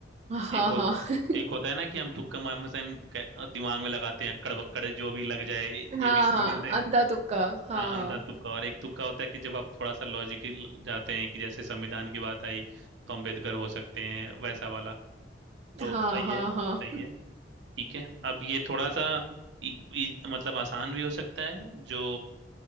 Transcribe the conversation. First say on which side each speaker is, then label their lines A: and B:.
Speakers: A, on the right; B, on the right.
A: हाँ
B: एक होता
A: हाँ <laughs>
B: एक होता है ना कि हम तुक्का मारने से हम कै- दिमाग में लगाते हैं अक्कड़ बक्कड़ जो भी लग जाए
A: हाँ
B: एबीसी
A: हाँ
B: में से
A: अंधा तुक्का हाँ
B: हाँ अंधा तुक्का और एक तुक्का होता है कि जब आप थोड़ा सा लॉजिक जाते हैं कि जैसे संविधान की बात आई तो अम्बेडकर हो सकते हैं वैसा वाला तो
A: हाँ
B: सही
A: हाँ
B: है सही
A: हाँ
B: है ठीक है अब ये थोड़ा सा इ, इ, मतलब आसान भी हो सकता है जो